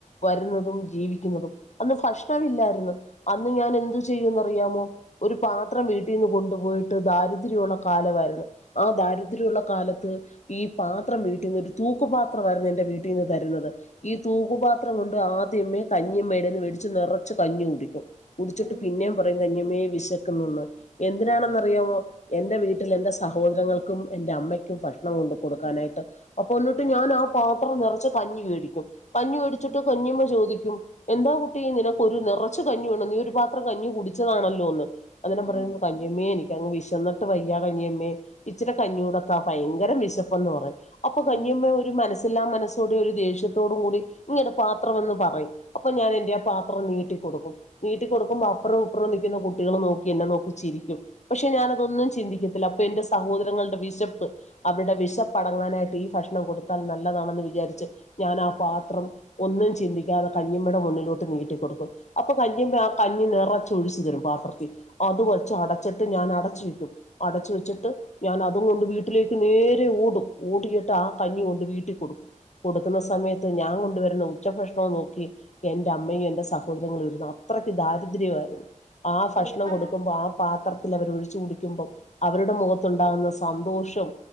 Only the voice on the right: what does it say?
ഉം
ഉം
ഉം
കഷ്ടം
ഉം
ഉം
ഉം
ഇപ്പഴാ